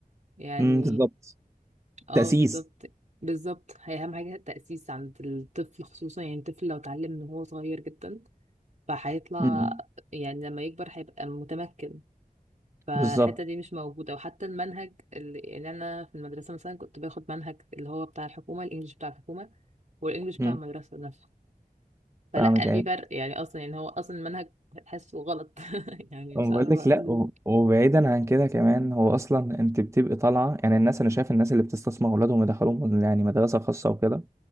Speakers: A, on the right; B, on the right.
A: يعني
B: امم بالظبط
A: اه
B: تأسيس
A: بالظبط بالظبط هي أهم حاجة التأسيس عند الطفل خصوصا يعني الطفل لو اتعلم من هو صغير جدا فهيطلع
B: مم.
A: يعني لما يكبر هيبقى متمكن فالحتة
B: بالظبط
A: دي مش موجودة وحتى المنهج اللي يعني أنا في المدرسة مثلا كنت باخد منهج اللي هو بتاع الحكومة الإنجليش بتاع الحكومة والانجليش بتاع
B: مم.
A: المدرسه نفسه فلا
B: فاهمك ايوه
A: في فرق يعني اصلا يعني هو اصلا المنهج تحسه غلط <laughs> يعني
B: أنا
A: مش عارفه
B: بقول لك
A: اقول
B: لا
A: إزاي.
B: و- وبعيدا عن كده كمان هو اصلا انت بتبقي طالعه يعني الناس انا شايف الناس اللي بتستثمر اولادهم يدخلوهم يعني مدرسه خاصه وكده